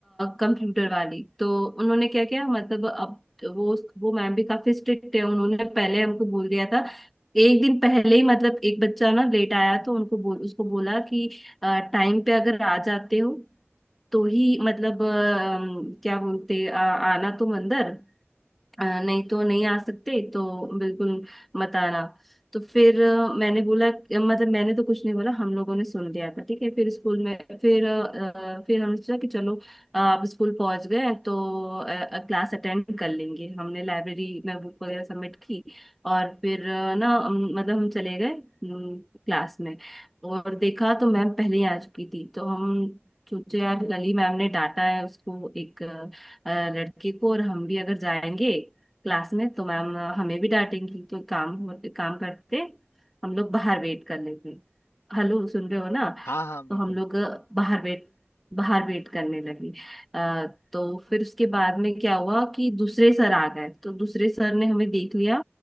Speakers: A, in the centre; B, on the left.
A: कंप्यूटर वाली तो उन्होंने क्या किया मतलब अब वो वो मैम भी काफी स्ट्रिक्ट है उन्होंने पहले हमको बोल दिया था एक दिन पहले ही मतलब एक बच्चा ना लेट आया तो उनको बोल उसको बोला कि टाइम पे अगर आ जाते हो तो ही मतलब अ, क्या बोलते आ, आना तुम अंदर अ, नहीं तो नहीं आ सकते तो बिल्कुल मत आना तो फिर अ, मैंने बोला मतलब मैंने तो कुछ नहीं बोला हम लोगों ने सुन लिया था ठीक है फिर स्कूल में फिर अ, अ, फिर हमने सोचा कि चलो अ, अब स्कूल पहुंच गए हैं, तो क्लास अटेंड कर लेंगे हमने लाइब्रेरी में बुक वगैरह सबमिट की और फिर अ, ना हम- मतलब हम चले गए क्लास में और देखा तो मैम पहले ही आ चुकी थी तो हम सोचे यार कल ही मैम ने डांटा है उसको एक अ, अ, लड़के को और हम भी अगर जाएंगे क्लास में तो मैम हमें भी डांटेंगी तो काम एक काम करते हम लोग बाहर वेट कर लेते हेलो सुन रहे हो ना
B: हाँ हाँ बिल्कुल
A: तो हम लोग बाहर वेट बाहर वेट करने लगे अ, तो फिर उसके बाद में क्या हुआ कि दूसरे सर आ गए तो दूसरे सर ने हमें देख लिया